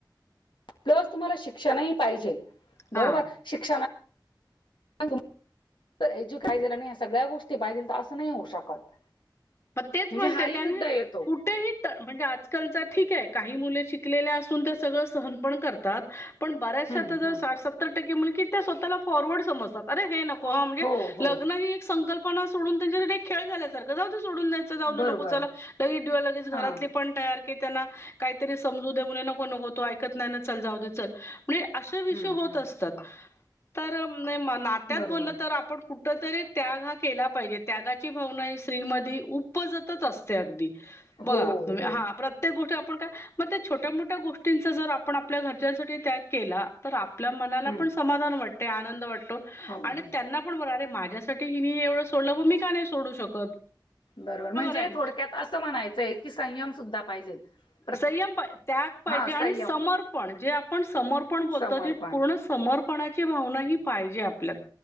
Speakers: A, on the left (about 80°); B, on the left (about 35°).
A: प्लस तुम्हाला शिक्षणही पाहिजे
B: हा
A: बरोबर शिक्षणा हॅलो हजू काहिजेल आणि या सगळ्या गोष्टी पाहिजे तर असं नाही होऊ शकत
B: मग तेच
A: म्हणजे
B: म्हणते
A: हाही
B: त्याने
A: मुद्दा येतो
B: कुठेही म्हणजे आजकालचा ठीक आहे काही मुले शिकलेल्या असून त्या सगळं सहन पण करतात पण बऱ्याचशा
A: हं,
B: आता जर
A: हं.
B: साठ सत्तर टक्के मुलगी त्या स्वतःला फॉरवर्ड समजतातरे हे नक म्हे
A: हो हो
B: लग् ही एक संकल्पना सोडून त्यांच्यासाठी खेळ झाल्यासारखं जाऊ सोडून द्यायच जाऊ
A: बरोबर.
B: न नको चला लगे दिवर्स लगेच घरातले
A: हां.
B: पण तयार की त्यांना काहीतरी समजू दे म्ह नको नको तो ऐकत नाही ना चल जाऊ दे चल म्हणजे अे विषय
A: हं,
B: होत
A: हं.
B: असतात तर नात्यात
A: बरोबर.
B: बोलल तर आपण कुठ कुठ तरी त्याग हा केला पाहिजे त्यागाची भावना ही स्त्रीमध्येध उपजतच असते अगदी
A: हो,
B: बघ तुम्ही
A: हो.
B: हा प्रत्येक गोष्टी मग त्या छोट्या मोठ्या गोष्टींचा जर आपण आपल्या घरच्यांसाठी त्या केला तर आपल्या मनाला
A: हं.
B: पण समाधान वाटते आनंद वाटतो
A: हो, हो.
B: आणि त्यांना पण बरे माहि माझ्यासाठी हि म एवढं सोडलं मी का नाही सोडू शकत
A: बरोबर म्हणजे
B: आहे ना?
A: थोडक्यात असं म्हणायचंय की संयम सुद्धा पाहिजे प्रत
B: संयम त्याग पाहिजे
A: हां,
B: आणि
A: संयम,
B: समर्पण जे आपण समर्पण बोलतो
A: समर्पण.
B: ते पूर्ण सम समर्पणाची भावना ही पाहिजे आपल्यात